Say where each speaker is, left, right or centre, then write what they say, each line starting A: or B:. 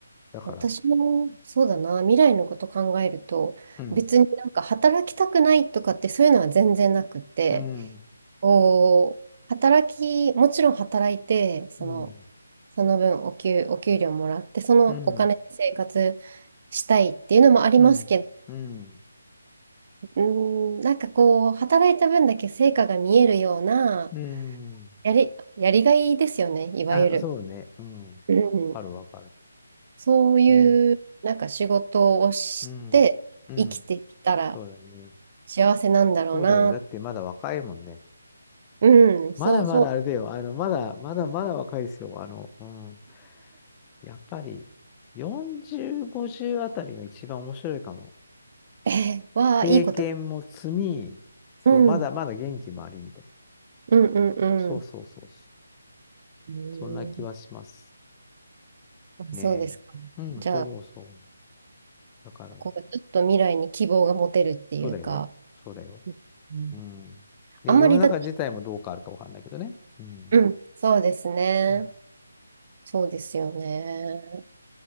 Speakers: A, on the left; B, on the right.
A: だから。
B: 私もそうだな、未来のこと考えると、
A: うん。
B: 別になんか働きたくないとかってそういうのは全然なくって、
A: うん。
B: こう、働き、もちろん働いて、その、
A: うん。
B: その分お給、お給料もらって、そのお金で生活
A: うん。
B: したいっていうのもありますけど、
A: うん。うん。
B: うーん、なんかこう、働いた分だけ成果が見えるような、
A: うん。
B: やり、やりがいですよね、いわゆる。
A: あ、そうね。うん。わ
B: うん、
A: かるわかる。
B: そういう、
A: ね。
B: なんか仕事をして生きてきたら、
A: うん。うん。そうだね。
B: 幸せなんだろうな。
A: そうだよ。だってまだ若いもんね。
B: うん、
A: まだまだあれだよ。
B: そうそう。
A: あの、まだ、まだまだ若いですよ。あの、うん。やっぱり40、50あたりが一番面白いかも。
B: <laughs> えー、わあ、
A: 経験も積み、
B: いいこと。
A: そう、
B: うん、
A: まだまだ元気もありみたいな。
B: うん、うん、
A: そうそうそうそ
B: うん。うん、
A: う。そんな気はします
B: あ、
A: ね
B: そうですか。
A: え。うん、
B: じゃあ、
A: そう思うそう思う。だから、
B: こう、ちょっと未来に希望が持てるっていうか、
A: そうだよ。そうだよ。
B: うん
A: うん。で、
B: あんまりだって、
A: 世の中自体もどう変わるかわかんないけどね。うん。
B: うん、そうですね。
A: ね。
B: そうですよね。